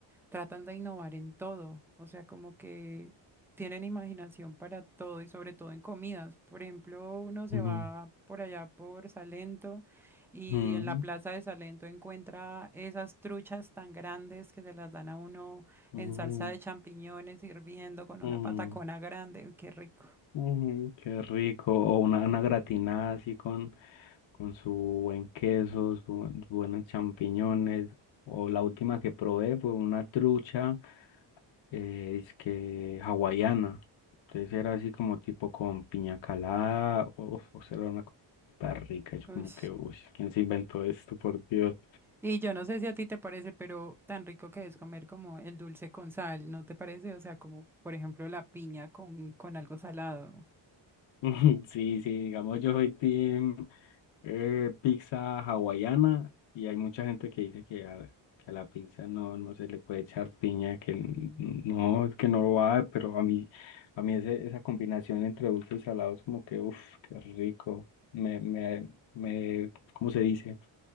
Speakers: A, in the centre; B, on the left (about 75°).
A: tratan de innovar en todo. O sea, como que tienen imaginación para todo y sobre todo en comidas. Por ejemplo, uno se
B: Mm,
A: va por allá por Salento y
B: mm,
A: en la plaza de Salento encuentra esas truchas tan grandes que se las dan a uno
B: mm,
A: en salsa de champiñones hirviendo con una
B: mm.
A: patacona grande. Uy, qué rico.
B: Mm, qué rico. O una, una gratinada así con, con su buen queso, sus buenos champiñones. O la última que probé fue una trucha eh, que hawaiana. Entonces era así como tipo con piña calada. O, o sea, era una cosa súper rica. Yo
A: Uy.
B: como que, uy, ¿quién se inventó esto, por Dios?
A: Y yo no sé si a ti te parece, pero tan rico que es comer como el dulce con sal, ¿no te parece? O sea, como por ejemplo la piña con, con algo salado.
B: <laughs> Sí, sí, digamos, yo soy team. eh, pizza hawaiana y hay mucha gente que dice que a, que a la pizza no, no se le puede echar piña, que n-
A: Sí.
B: n- no, es que no lo va, pero a mí, a mí ese- esa combinación entre dulce y salado es como que, uff, qué rico, me, me, me, ¿cómo se dice?